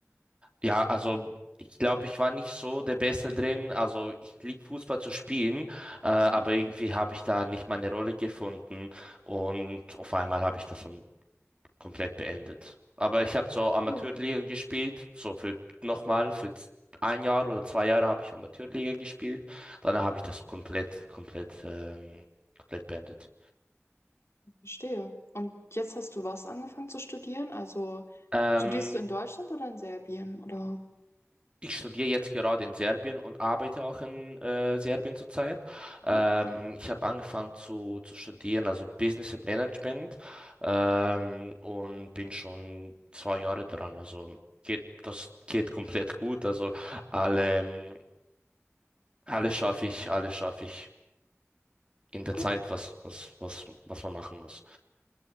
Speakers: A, on the right; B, on the left.
A: ja, also ich glaube, ich war nicht so der Beste drin. Also ich liebe Fußball zu spielen, äh, aber
B: Mhm,
A: irgendwie habe ich da nicht meine Rolle gefunden und auf einmal habe ich das dann komplett beendet. Aber ich habe so
B: verstehe.
A: Amateurliga gespielt, so für nochmal für z- ein Jahr oder zwei Jahre habe ich Amateurliga gespielt. Danach habe ich das komplett, komplett, ähm, komplett beendet.
B: Verstehe. Und jetzt hast du was angefangen zu studieren? Also
A: Ähm,
B: studierst du in Deutschland oder in Serbien? Oder?
A: ich studiere jetzt gerade in Serbien und arbeite auch in äh, Serbien zurzeit. Ähm,
B: Mhm.
A: ich habe angefangen zu, zu studieren, also Business and Management, ähm, und bin schon zwei Jahre dran. Also geht, das geht komplett gut. Also alle ähm, Alles schaffe ich, alles schaffe ich in der
B: Gut.
A: Zeit, was, was, was, was man machen muss.